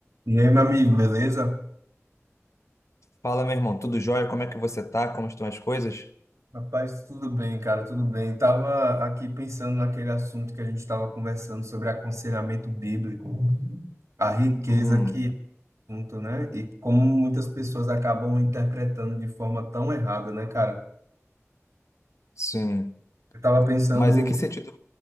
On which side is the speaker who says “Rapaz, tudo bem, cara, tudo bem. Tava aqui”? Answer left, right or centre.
Right